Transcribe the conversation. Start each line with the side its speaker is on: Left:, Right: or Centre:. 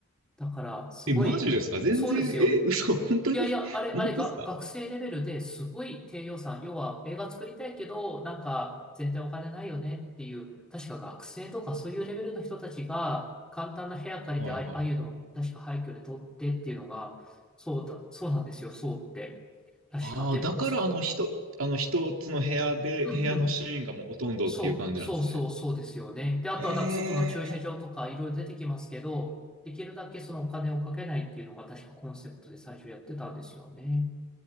Centre: だから、すごい、
Right: え、マジですか全然、
Centre: そうですよ。
Right: え、嘘、本当に本当ですか
Centre: いやいや、あれ、あれが、学生レベルですごい低予算。要は映画作りたいけど、なんか全然お金ないよねっていう、確か学生とかそういうレベルの人たちが簡単な部屋借りて、
Right: はいはい
Centre: あああいうのを確か廃墟で撮ってっていうのが、そうだ、そうなんですよ、そうって。確か。
Right: ああ、
Centre: でも、
Right: だからあの一、
Centre: そ
Right: あの一つの部屋で、
Centre: うんうん。
Right: 部屋のシーンがもうほとんどっていう感じなんですね。
Centre: そう、そうそう、そうですよね。で、あとはなんか外の駐車場とかいろいろ出てきますけど、
Right: ええ
Centre: できるだけそのお金をかけないっていうのが確かコンセプトで最初やってたんですよね。